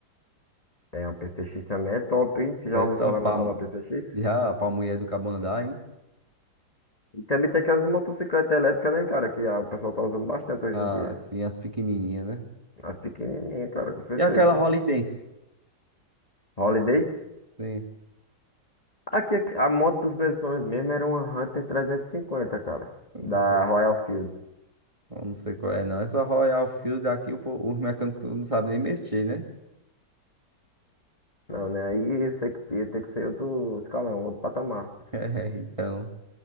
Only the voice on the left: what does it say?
É, uma PCX também é top, hein? Você já
ouviu
falar na tal da PCX?
E também tem aquelas motocicletas elétricas, né, cara? Que ah, o pessoal tá usando bastante hoje
em dia.
As pequenininhas, cara, com certeza.
Holidays.
Aqui, aqui, a moto dos meus sonhos mesmo era uma Hunter 350, cara.
Da
Royal Field.
Não, né? Aí eu sei que ia ter que ser outro escalão, outro patamar.